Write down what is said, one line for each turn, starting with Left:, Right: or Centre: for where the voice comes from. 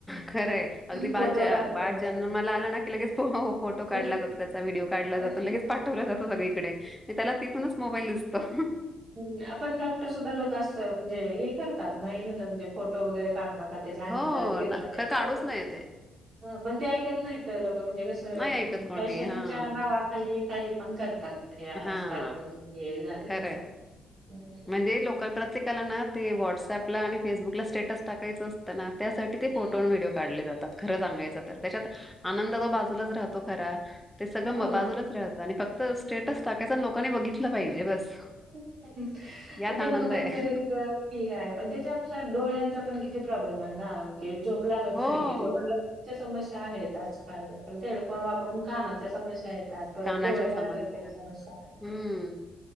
Centre: खरंय अगदी
Right: फोटो
Centre: बाळ
Right: काढण्यापासून.
Centre: बाळ जन्मला आला ना की लगेच फोटो काढला
Right: अं,
Centre: जातो त्याचाव्हिडिओ काढला
Right: पण
Centre: जातो लगेच पाठवला जातो घरी. मी त्याला तिथूनच मोबाईल दिसतो <unintelligible>
Right: हम आपण डॉक्टर सुद्धा लोक असं म्हणजे हे करत नाही म्हणता म्हणजे फोटो वगैरे का त्याच्या
Centre: हो
Right: अिर
Centre: ना,
Right: त्याच्यावर
Centre: खरं काढूच
Right: पड
Centre: नाही ते.
Right: बण <unintelligible> ते ऐकत नाही मुल. म्हणजे कसं
Centre: नाही ऐकत कोणी.
Right: फॅशनच्या
Centre: हां,
Right: नावाखाली काही पण ते आजकाल
Centre: हां.
Right: म्हणजे झालंय.
Centre: खरं आहे.
Right: हम्म
Centre: म्हणजे, लोक प्रत्येकाला ना ते व्हॉट्सअपला आणि फेसबुकला स्टेटस टाकायचं असतं ना.? त्यासाठी ते फोटो
Right: हम्म
Centre: आणि व्हिडिओ काढले जातात. खरं सांगायचं तर त्याच्यात आनंद तो बाजूलाच राहतो खरा. ते सगळं
Right: हो
Centre: बाजूलाच
Right: ना.
Centre: राहतं आणि फक्त स्टेटस टाकायचं आणि लोकांनी बघितलं पाहिजे बस <unintelligible>
Right: <inaudible>
Centre: यात
Right: तर ते
Centre: आनंद
Right: मोठ्यांच
Centre: आहे
Right: एक पिघा आहे पण त्याच्यानुसार डोळ्यांचं पण किती ते प्रॉब्लेम आहे ना की झोप लागत
Centre: हो
Right: नाही लोकांना च्या समस्या आहेतच परत हेडफोन वापरून कानाच्या समस्या आहेत त्यात परत
Centre: कानाच्या
Right: डोळे
Centre: समस्या
Right: आहेत तेच्यानुसार
Centre: हम्म